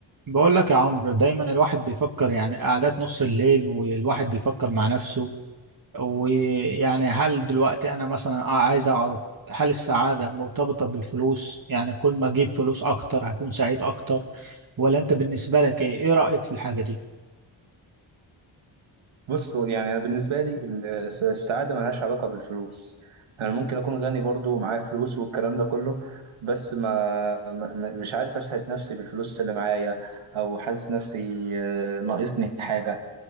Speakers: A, on the right (about 45°); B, on the right (about 85°).
A: بقول لك يا عمرو دايما الواحد بيفكر يعني قعدات نص الليل والواحد بيفكر مع نفسه ويعني هل دلوقتي انا مثلا عايز اعرف هل السعادة مرتبطة بالفلوس يعني كل ما اجيب فلوس اكتر هكون سعيد اكتر ولا انت بالنسبة لك ايه ايه رأيك في الحاجة دي
B: بص هو يعني انا بالنسبه لي ال- الس- السعاده ملهاش علاقه بالفلوس انا ممكن اكون غني برضو ومعايا فلوس والكلام ده كله بس ما ما- ما- مش عارف اسعد نفسي بالفلوس اللي معايا او حاسس نفسي آه، ناقصني حاجه